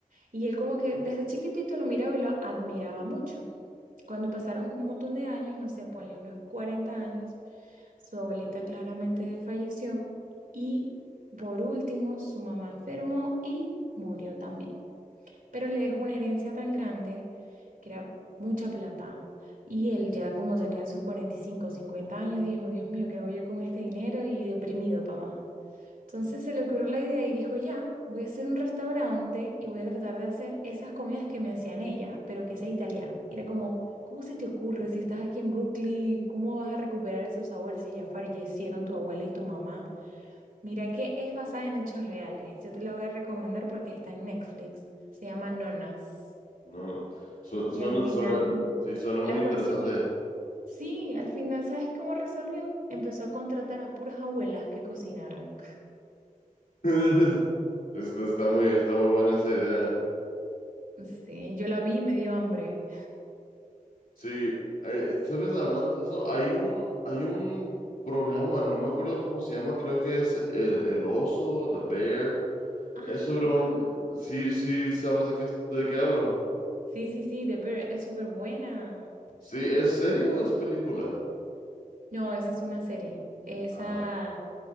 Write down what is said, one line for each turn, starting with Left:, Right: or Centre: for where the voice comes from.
Right: Y él como que desde chiquitito lo miraba y lo admiraba mucho. Cuando pasaron un montón de años, no sé, ponle unos 40 años. Su abuelita claramente falleció y por último su mamá enfermó y murió también. Pero le dejó una herencia tan grande que era mucha plata. Y él ya como tenía sus 45 o 50 años dijo, Dios mío, ¿qué hago yo con este dinero? Y deprimido, papá. Entonces se le ocurrió la idea y dijo, ya, voy a hacer un restaurante y voy a tratar de hacer esas comidas que me hacían ellas, pero que sea italiana. Y era como, ¿cómo se te ocurre si estás aquí en Brooklyn y cómo vas a recuperar esos sabores si ya fallecieron tu abuela y tu mamá? Mira que es basada en hechos reales. Yo te la voy a recomendar porque está en Netflix. Se llama Nonas.
Left: No, su- suena,
Right: Y al final,
Left: suena, sí, suena muy
Right: la
Left: interesante.
Right: cocina... Sí, al final, ¿sabes cómo resolvió? Empezó a contratar a puras abuelas que cocinaran.
Left: <laughs> Es- Está muy, está muy buena esa idea.
Right: Sí, yo la vi y me dio hambre.
Left: Sí, eh, ¿sabes? Hablando de eso, hay un, hay un programa, no me acuerdo cómo se llama, creo que es El, El Oso, The Bear.
Right: Ah,
Left: Es sobre un...
Right: ajá.
Left: Sí, sí, ¿sabes de qué, de qué hablo?
Right: sí, sí, sí, The Bear es súper buena.
Left: Sí, ¿es serio o es película?
Right: No, esa es una serie. Esa,
Left: Ah,